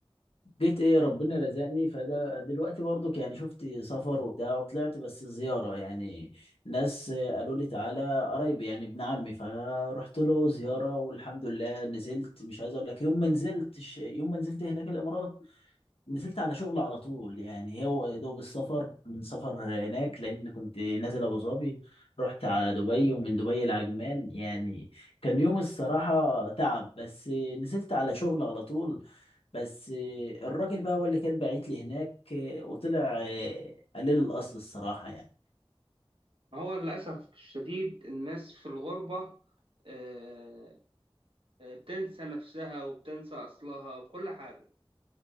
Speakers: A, on the left (about 75°); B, on the right (about 65°).
A: جيت ايه ربنا رزقني فدلوقتي برضك يعني شفت سفر وبتاع وطلعت بس زيارة يعني ناس قالوا لي تعالى قرايبي يعني ابن عمي فرحت له زيارة والحمد لله نزلت مش عايز اقول لك يوم ما نزلت يوم ما نزلت هناك الامارات نزلت على شغل على طول يعني هو يا دوب السفر من سفر هناك لان كنت نازل ابو ظبي رحت على دبي ومن دبي لعجمان يعني كان يوم الصراحة تعب بس نزلت على شغل على طول بس الراجل بقى هو اللي كان باعت لي هناك وطلع قليل الاصل الصراحة يعني
B: ما هو للأسف الشديد الناس في الغربة آه، آه، بتنسى نفسها وبتنسى أصلها وكل حاجة